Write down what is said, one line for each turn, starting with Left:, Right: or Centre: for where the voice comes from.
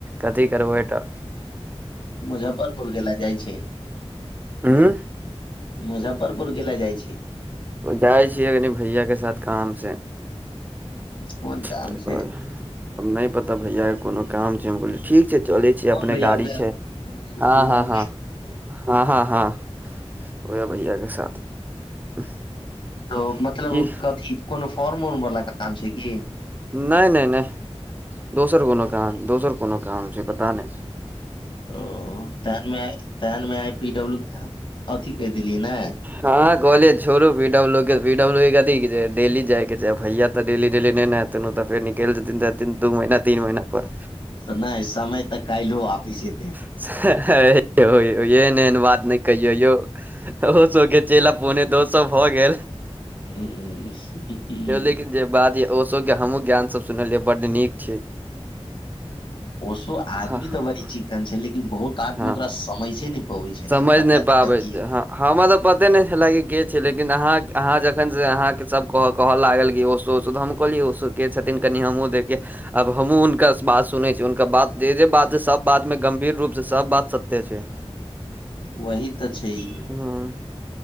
Right: कथी करबै अहिठा।
Left: मुजफ्फरपुर कैला जाइ छही।
Right: उं।
Left: मुजफ्फरपुर कैला जाइ छी।
Right: जाइ छियै कनि भैयाके साथ कामसे।
Left: कोन काम
Right: तय
Left: छै
Right: दुआरे आब नै पता भैयाके कोनो काम छैय हम कहलियै ठीक छैय चलै छी
Left: कोन
Right: अपने
Left: भैया
Right: गाड़ी
Left: उहे
Right: छैय। हँ- हँ- हँ, हँ- हँ- हँ। होइये भैयाके साथ। <unintelligible>
Left: त मतलब
Right: की
Left: कथी कोनो फॉर्म उर्म वला काम छैय कि?
Right: नै- नै- नै दोसर कोनो काम, दोसर कोनो काम छैय पता नै।
Left: ओ तेहन मे आइ तेहन मेंआइ पी-डब्लू के अथी कहि देलियै ने।
Right: हँ कॉलेज छोड़ू पी डब्लू के पी डब्लू के कथी के डेली जाय के छै भैया तऽ डेली डेली नहि ने ओतऽ फेर निकलि जेथिन त एथिन दू महीना तीन महीना पर।
Left: नै समय तऽ काइल्हो वापिस एते।
Right: <inaudible> एन एन बात नहि कहियौ यौ। ओहो सब के चेला पोने दो सौ भऽ गेल,
Left: हूँ।
Right: लेकिन जे बात ये ओसो के हमहुँ ज्ञान सब सुनलियै बड नीक छै।
Left: ओसो आदमी
Right: हँ
Left: तऽ बड़ी चिकन छै लेकिन बहुत आदमी
Right: हँ
Left: ओकरा समैझे नै पबै छै
Right: समझ
Left: ने बरका
Right: नहि पाबै
Left: दिक्कत
Right: छै
Left: इहे ये।
Right: ह हमरा तऽ पते नहि छले कि के छै लेकिन अहाँ अहाँ जखन स अहाँके सब कह कहऽ लागल कि ओ हम कहलिए ओसो के छथिन कनि हमहुँ देखिये आब हमहुँ हुनका बात सुनै छी हुनकर बात जे जे बात छै सब बात मे गंभीर रूप से सब बात सत्य छै।
Left: वही तऽ छैहे
Right: ह